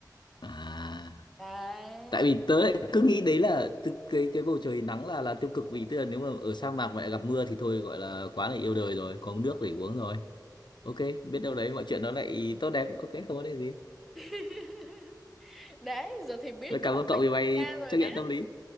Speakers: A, on the left (about 80°); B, in the centre.
A: À,
B: đấy
A: tại vì tớ lại cứ nghĩ đấy là từ cái cái bầu trời nắng là là tiêu cực vì tức là nếu mà ở sa mạc mà lại gặp mưa thì thôi gọi là quá là yêu đời rồi, có nước để uống rồi. Ok, biết đâu đấy mọi chuyện nó lại tốt đẹp. Ok, không vấn đề gì.
B: <laughs> đấy giờ thì biết
A: Rồi,
B: có
A: Cảm
B: một
A: ơn cậu
B: bạn
A: vì bài
B: xa rồi
A: trắc
B: nè
A: nghiệm tâm lý.